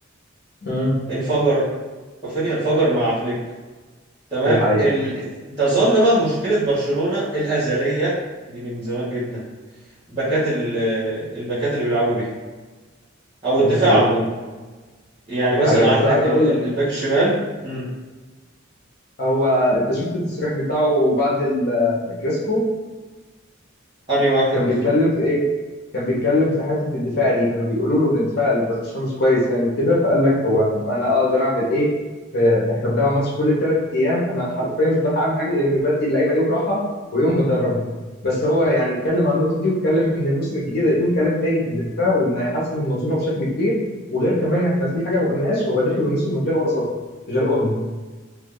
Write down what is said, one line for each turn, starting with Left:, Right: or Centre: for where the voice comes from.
Left: مم.
Right: انفجر رافينيا انفجر مع فليك تمام
Left: دي حقيقه
Right: ال... تظل بقى مشكله برشلونه الازليه دي من زمان جدا باكات ال... الباكات اللي بيلعبوا بيها او الدفاع
Left: دي حقيقه
Right: عموما يعني
Left: دي
Right: مثلا
Left: حقيقة بس
Right: عندك
Left: عايز
Right: ال...
Left: اقول
Right: ال-
Left: لك
Right: الباك الشمال امم
Left: هو انت شفت التصريح بتاعه بعد الكلاسيكو
Right: انهي واحد
Left: كان بيتكلم في ايه؟ كان بيتكلم في حتة الدفاع دي كانوا بيقولوا له ان دفاع برشلونة مش كويس يعني وكده فقال لك هو طب انا اقدر اعمل ايه؟ ف- احنا بنلعب ماتش كل ثلاث ايام انا حرفيا مش بلحق اعمل حاجة غير اني بدي اللعيبة يوم راحة ويوم بدربهم بس هو يعني اتكلم عن النقطة دي واتكلم ان الموسم الجديد هيكون كلام تاني في الدفاع وان هيحسن المنظومة بشكل كبير وغير كمان احنا في حاجة ما قلناهاش هو داخل الموسم من غير ولا صفقة غير اولمو